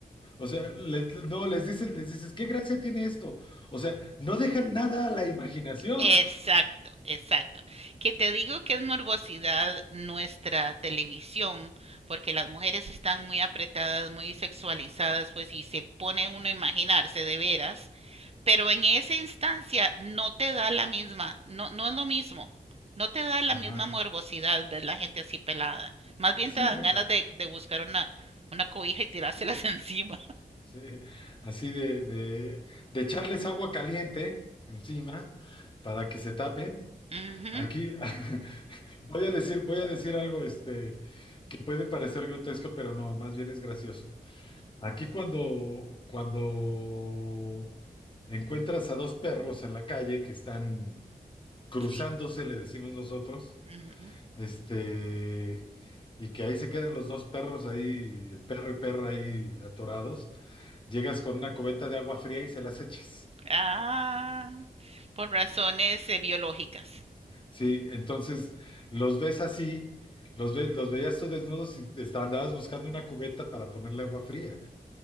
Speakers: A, on the left; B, on the right.
A: O sea, les- no, les dices, les dices, ¿qué gracia tiene esto? O sea, no dejan nada a la imaginación.
B: Exacto, exacto. Que te digo que es morbosidad nuestra televisión, porque las mujeres están muy apretadas, muy sexualizadas, pues y se pone uno a imaginarse de veras, pero en esa instancia no te da la misma, no, no es lo mismo, no te da la
A: Ajá.
B: misma morbosidad ver la gente así pelada. Más bien
A: Sí,
B: te dan
A: bueno,
B: ganas de, de buscar una, una cobija y tirárselas <laughs> encima.
A: sí, así de, de, de echarles agua caliente encima para que se tapen.
B: Ujú,
A: Aquí <laughs> voy a decir, voy a decir algo, este. que puede parecer grotesco, pero no, más bien es gracioso. Aquí cuando, cuando encuentras a dos perros en la calle que están cruzándose,
B: sí.
A: le decimos nosotros,
B: ujú.
A: este, y que ahí se quedan los dos perros ahí, el perro y perra ahí atorados, llegas con una cubeta de agua fría y se las echas.
B: Ah, por razones eh, biológicas.
A: Sí, entonces los ves así, los ves, los veías tú desnudos y te estabas- andabas buscando una cubeta para ponerle agua fría.